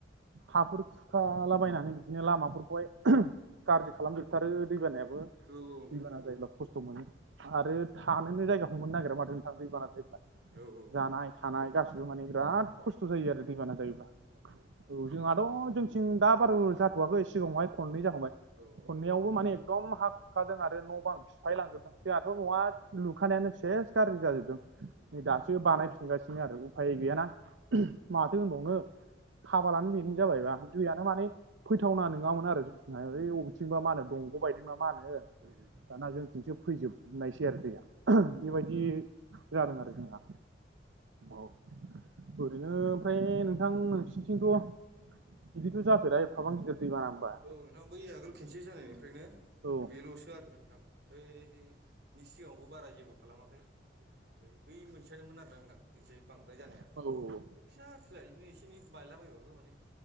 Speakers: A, on the right; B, on the right.
A: हाफोर खुरखालाबायनानै बिदिनो लामाफोरखौहाय गाज्रि खालामजोबथारो दैबानायाबो
B: औ औ नोंथां
A: दैबाना
B: नंगौ
A: जायो ब्ला खस्थ' मोनो आरो थानोनो जायगाखौ मोननो नागिरा माथो नोंथां दैबाना जायोब्ला
B: औ औ
A: जानाय थानाय गासिबो माने बिराद खस्थ' जायो आरो दैबाना जायोब्ला औ जोंहाथ' जोंथिं दा बार जाथ'वाखै सिगाङावहाय खननै जा खांबाय
B: औ औ
A: खननैआवबो माने एकदम हा खुरखादों आरो न' बां सिफाय लांजोबदों जोंहाथ' न'आ लुखानायानो सेस गाज्रि जाजोबदों नै
B: उम
A: दासो बानायफिनगासिनो आरो उफाय गैयाना
B: उम उम
A: माथो होनबावनो खाफालानो बेनो जाबायबा दैयानो माने फैथावना नङामोन आरो जों <unintelligible>
B: औ
A: बबेथिंबा मा होनो दंग' बायदोंना मा होनो दाना जोंथिंसो फैजोबनायसै आरो दैया बेबायदि जादों आरो जोंहा औ ओरैनो ओमफ्राय नोंथां नोंसोरनिथिंथ बिदिथ जाफेरा एफाबां गिदिर दैबाना होनबा
B: औ नोंथां बै आगोल खनसे जानायनिफ्रायनो
A: माथो
B: बे लसो आरोना नोंथां बै बिनि सिगाङावबो बारा जेबो खालामाखै ओमफ्राय बै मोनसेयानोमोन आरो ना नोंथां इथिं बांद्राय जानाया
A: होनबावनो
B: फिसा फिला बिदिनो एसे एनै बायलाबायबाबो माने